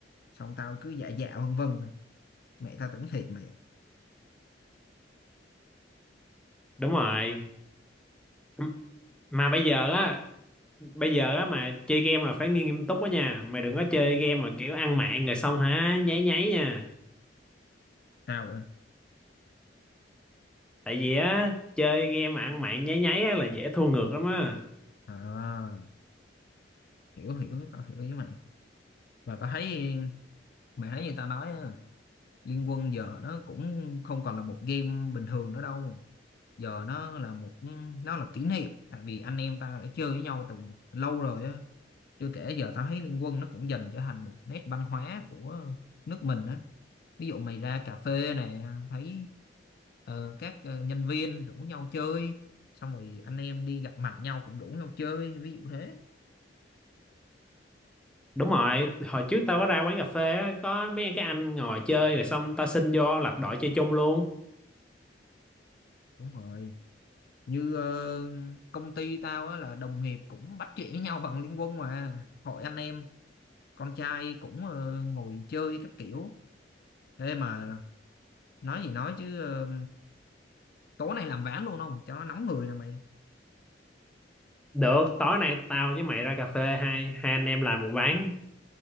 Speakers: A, on the left; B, in the centre.
A: xong tao cứ dạ dạ vân vân mẹ tao tưởng thiệt mày
B: đúng rồi M- mà bây giờ á bây giờ á mà chơi game là phải nghiêm nghiêm túc đó nha mày đừng có chơi game mà kiểu ăn mạng rồi xong hả nháy nháy nha
A: tao sao ạ?
B: tại vì á chơi game mà ăn mạng nháy nháy á là dễ thua ngược lắm á
A: à, hiểu hiểu tao hiểu với mày và tao thấy mày thấy như tao nói á, Liên Quân giờ nó cũng không còn là một game bình thường nữa đâu giờ nó là một nó là kỷ niệm tại vì anh em ta đã chơi với nhau từ lâu rồi á chưa kể giờ tao thấy Liên Quân nó cũng dần trở thành một nét văn hóa của nước mình á ví dụ mày ra cà phê này thấy ờ, các ờ, nhân viên rủ nhau chơi xong rồi anh em đi gặp mặt nhau cũng rủ nhau chơi ví dụ thế
B: đúng rồi hồi trước tao có ra quán cà phê á có mấy cái anh ngồi chơi rồi xong tao xin vô lập đội chơi chung luôn
A: đúng rồi như ờ, công ty tao á là đồng nghiệp cũng bắt chuyện với nhau bằng Liên Quân mà hội anh em con trai cũng ờ, ngồi chơi các kiểu thế mà nói gì nói chứ ờ, tối nay làm ván luôn không cho nó nóng người nè mày
B: được tối nay tao với mày ra cà phê hai hai anh em làm một ván